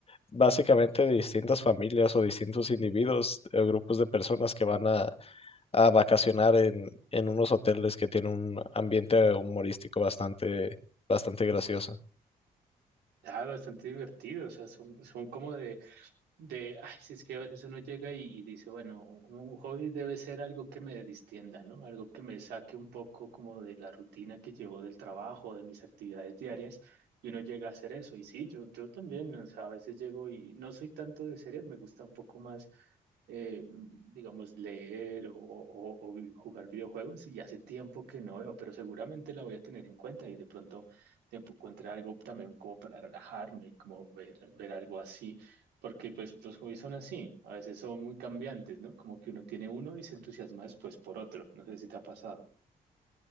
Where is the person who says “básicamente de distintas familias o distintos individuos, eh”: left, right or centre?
Left